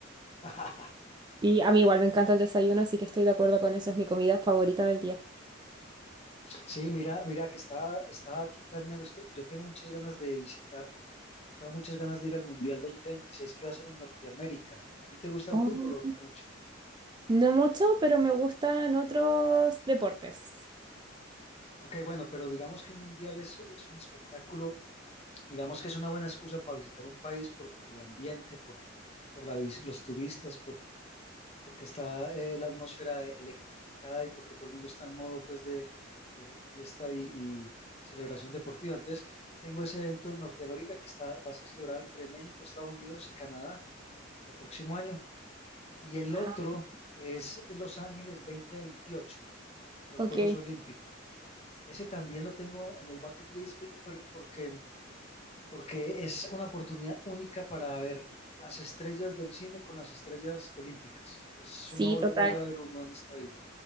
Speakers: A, on the left; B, on the right.
A: <laughs>
B: Y a mí igual me encanta el desayuno, así que estoy de acuerdo con eso. Es mi comida favorita del día.
A: Sí, mira, mira que estaba, estaba aquí planeando esto. Yo tengo muchas ganas de visitar. Tengo muchas ganas de ir al Mundial 2026 que va a ser en Norteamérica. ¿A ti te gusta
B: Oh.
A: el fútbol o no mucho?
B: No mucho, pero me gustan otros deportes.
A: Ok, bueno, pero digamos que un Mundial es, es un espectáculo, digamos que es una buena excusa para visitar un país por, por el ambiente, por, por la vis- los turistas, por, porque está eh, la atmósfera eh, electrificada y porque todo el mundo está en modo pues de, de fiesta y, y celebración deportiva. Entonces, tengo ese evento en Norteamérica que está, va a ser celebrado entre México, Estados Unidos y Canadá el próximo año. y el
B: Ah.
A: otro es Los Ángeles 2028, los
B: Ok,
A: Juegos Olímpicos. Ese también lo tengo en el bucket list por- porque, porque es una oportunidad única para ver las estrellas del cine con las estrellas olímpicas. Eso
B: sí,
A: no
B: total.
A: lo vuelve a ver uno en esta vida.